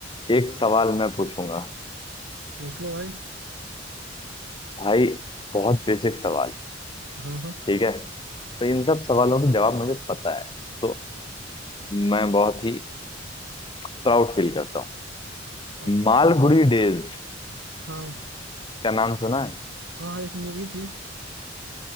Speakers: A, on the left; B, on the right.
A: एक सवाल मैं पूछूंगा
B: पूछ लो भाई
A: भाई बहुत बेसिक सवाल
B: हाँ हाँ
A: ठीक है तो इन सब सवालों के जवाब मुझे पता है तो मैं बहुत ही प्राउड फील करता हूँ
B: ओके
A: मालगुडी डेज
B: हाँ
A: का नाम सुना है
B: हाँ हाँ, एक मूवी थी